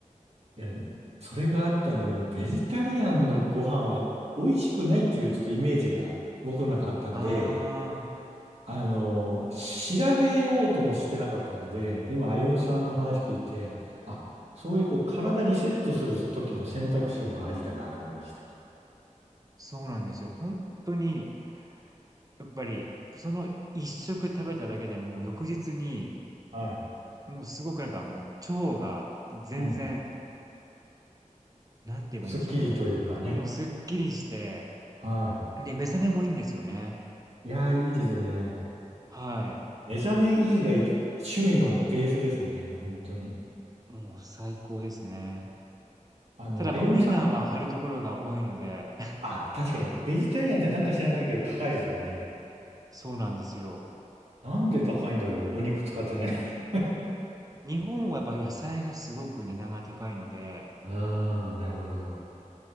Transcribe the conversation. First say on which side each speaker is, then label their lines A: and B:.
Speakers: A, on the right (about 55°); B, on the right (about 25°).
A: いや、それがあったんで、もうベジタリアンのご飯は美味しくないっていうちょっとイメージが僕の中あったんで、
B: ああ、
A: あの、調べようともしてなかったので、今、歩ゆさんの話聞いて、あ、そういうこう体リセットする時の選択肢はありだなと思いました。
B: そうなんですよ。本当にやっぱり、その一食食べただけでもう翌日に、
A: はい。
B: もうすごくなんかもう腸が全然、
A: うん。
B: なんて言えばいいんでしょうか、
A: すっきりというかね。
B: もう、もうすっきりして、
A: は
B: で、目覚めもいいんですよね。
A: い。いやー、いいですね。
B: はい。
A: 目覚めいいがい趣味のベースですね。本当に。
B: もう最高ですね。
A: あの、
B: ただやっぱお値段は張るところが多いので、
A: 歩夢さん。あ、確かに。ベジタリアンってなんか知らないけど高いですよね。
B: <laughs> そうなんですよ。
A: なんで高いんだろう。お肉使ってない。<laughs>
B: 日本はやっぱ野菜がすごく値段が高いので、
A: ああ、なるほど。